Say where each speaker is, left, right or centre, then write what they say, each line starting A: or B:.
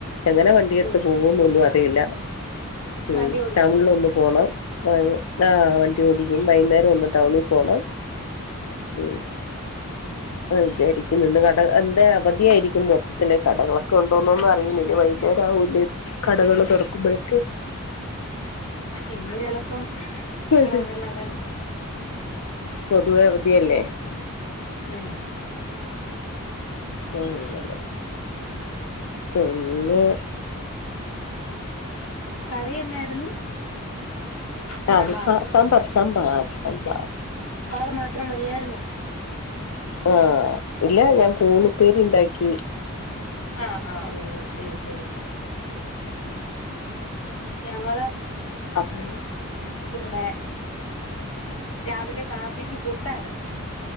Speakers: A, on the left; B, on the left.
A: എങ്ങനെ വണ്ടി എടുത്ത്
B: ഉം
A: പോകൂന്നെന്നും അറിയില്ല ഉം
B: വണ്ടി ഓടിക്കുവോ
A: ടൗണില ഒന്ന് പോണം ആ ആ വണ്ടി ഓടിക്കും വൈകുന്നേരം ഒന്ന് ടൗണിൽ പോണം ഉം അ വിചാരിക്കും നിന്ന് കട എന്റെ അവധിയായിരിക്കും മൊത്തത്തിലെ കടകളൊക്കെ കൊണ്ടോന്നുന്ന് അറിയും ഇനി വൈലേരാവല കടകൾ തുറക്കുമ്പോഴൊക്കെ
B: ഇന്ന് ചെലപ്പം
A: അതെ
B: കടകളെല്ലാം തന്നെ
A: പൊതുവെ അവധിയല്ലേ
B: ഉം
A: ഉ ഇല്ലല്ല പിന്നെ
B: കറി എന്നായിരുന്നു സാമ്പാറ്
A: ആ സാ സാമ്പാർ സാമ്പാർ സാമ്പാർ
B: വേറെ മാത്രം മതിയായിരുന്നോ
A: ആ ഇല്ല ഞാൻ കൂണുപ്പേരി ഇണ്ടാക്കി
B: ആ ആ ഓ ശരി ശരി ശ
A: ഉം
B: ഞങ്ങള്
A: അതെ
B: പിന്നെ രാവിലെ കാപ്പിക്ക് പുട്ടായിരുന്നു